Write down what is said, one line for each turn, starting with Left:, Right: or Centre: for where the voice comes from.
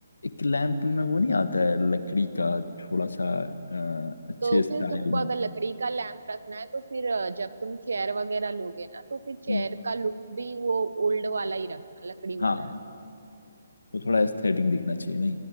Left: एक लैंप में वो नहीं आता है लकड़ी का थोड़ा सा अ, अच्छे
Right: तो
Left: स्टाइल
Right: फिर तुमको
Left: में
Right: अगर लकड़ी का लैंप रखना है तो फिर अ, जब तुम चेयर वगैरह लोगे ना तो फिर चेयर
Left: हम्म।
Right: का लुक भी वो ओल्ड वाला ही रखना लकड़ी
Left: हाँ
Right: वाला
Left: वो थोड़ा एस्थेटिक दिखना चाहिए